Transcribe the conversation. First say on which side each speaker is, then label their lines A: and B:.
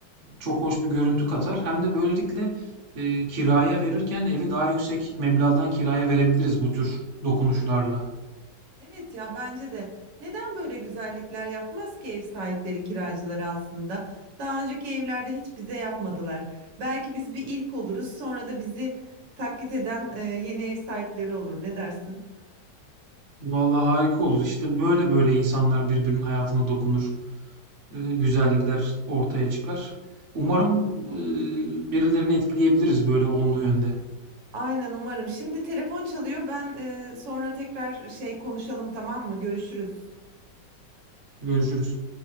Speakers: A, on the right (about 50°); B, on the right (about 75°).
A: çok hoş bir görüntü katar. Hem de böylelikle eee, kiraya verirken evi daha yüksek meblağdan kiraya verebiliriz bu tür dokunuşlarla.
B: Evet ya bence de. Neden böyle güzellikler yapmaz ki ev sahipleri kiracıları aslında? Daha önceki evlerde hiç bize yapmadılar. Belki biz bir ilk oluruz sonra da bizi taklit eden e, yeni ev sahipleri olur. Ne dersin?
A: Vallahi harika olur. İşte böyle böyle insanlar birbirinin hayatına dokunur. e, güzellikler ortaya çıkar. Umarım e, birilerini etkileyebiliriz böyle olumlu yönde.
B: Aynen umarım. Şimdi telefon çalıyor. Ben e, sonra tekrar şey konuşalım tamam mı? Görüşürüz.
A: Görüşürüz.